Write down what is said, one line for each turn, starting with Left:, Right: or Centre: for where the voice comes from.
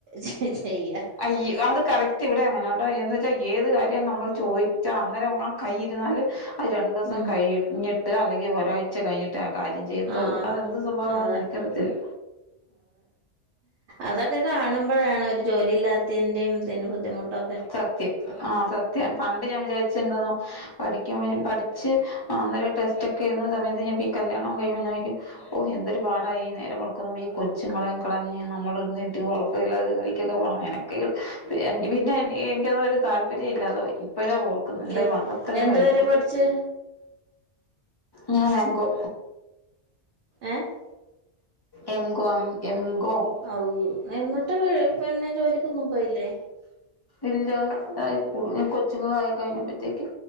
Right: ചെ ചെയ്യ
Left: അയ് അത് കറക്റ്റ് ഇവിടെ അങ്ങനെയാ കേട്ടോ എന്ന് വെച്ചാ ഏത് കാര്യം നമ്മൾ ചോയി <unintelligible> അന്നേരം ആഹ് കൈയിരുന്നാലും അത് രണ്ടു ദിവസം
Right: ഉം
Left: കഴിയ ഞ്ഞിട്ട് അല്ലെങ്കിൽ ഒരാഴ്ച കഴിഞ്ഞി <unintelligible> കാര്യം ചെയ്യത്തേ
Right: ആഹ്
Left: ഒള്ളൂ അതെന്ത് സ്വഭാവന്ന്
Right: അതെ
Left: എനിക്കറിയത്തില്ല
Right: അതൊക്ക കാണുമ്പൊഴാണ് ഒര് ജോലി ഇല്ലാത്തേന്റെയും ഇതിന്റെ ബുദ്ധിമുട്ടൊ
Left: സത്യം ആഹ് സത്യം പണ്ട് ഞാൻ വിചാരിച്ച എന്തോന്നാ പഠിക്കാൻ വരും പഠിച്ച് അന്നേരം ഈ ടെസ്റ്റ് ഒക്കെ ഇരുന്ന സമയത്ത് ഞാ ബി കല്യാണവും കഴിയുമ്പ ഞാൻ വിചാരിക്കും ഓ എന്തൊരു പാടായി നേരം വെളുക്കും മുൻപ് ഈ കൊച്ചുങ്ങളേം കളഞ്ഞ് നമ്മള് <unintelligible> <unintelligible> ജോലിക്കൊക്കെ പോണം എനക്ക് പി പിന്നേ എനിക്ക് അതൊന്നും ഒരു താല്പര്യം ഇല്ലാതെ പോയി ഇപ്പഴാ ഓർ <unintelligible> എന്തൊരു
Right: ഏ
Left: മണ്ടത്തരവായി
Right: എന്ത് വരെ പഠിച്ച്
Left: ഞാൻ വാങ്കോ
Right: ഏഹ് -
Left: എംകോ എംകോം-
Right: ഔ എന്നിട്ട് പിന്നെ ജോലിക്കൊന്നും പോയില്ലേ?
Left: ഇല്ലാ <unintelligible> കൊച്ചുങ്ങളായി കഴിഞ്ഞപ്പഴ്ത്തേക്ക്-